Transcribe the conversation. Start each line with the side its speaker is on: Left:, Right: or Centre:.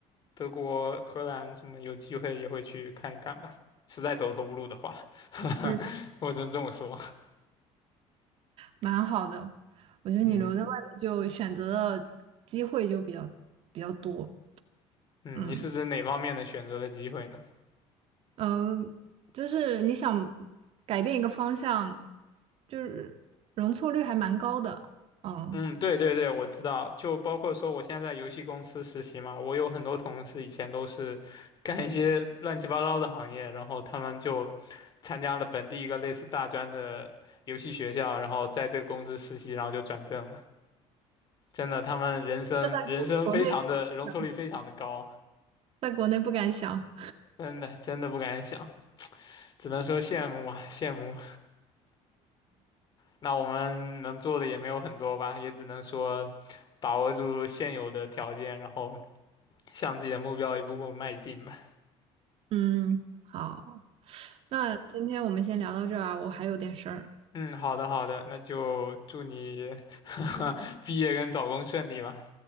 Left: 德国、荷兰什么有机会也会去看一看吧。实在走投无路的话，<laughs>
Right: 嗯。
Left: 我只能这么说。
Right: 蛮好的。我觉得你留在外面就选择的机会就比较比较多。
Left: 嗯嗯，
Right: 嗯
Left: 你是指哪方面的选择的机会呢？
Right: 嗯，呃就是你想改变一个方向，就是容错率还蛮高的。嗯，
Left: 嗯，对对对，我知道，就包括说我现在在游戏公司实习嘛，我有很多同事以前都是干一些乱七八糟的行业，然后他们就参加了本地一个类似大专的游戏学校，然后在这个公司实习，然后就转正了。真的，他们人生人生非常的容错率非常的高。
Right: 这在国国内想在国内不敢想。
Left: 真的真的不敢想，只能说羡慕啊，羡慕。那我们能做的也没有很多吧，也只能说把握住现有的条件，然后向自己的目标一步步迈进吧。
Right: 嗯，好，那今天我们先聊到这儿啊，我还有点事儿。
Left: 嗯，好的好的，那就祝你 <laughs> 毕业跟找工顺利吧，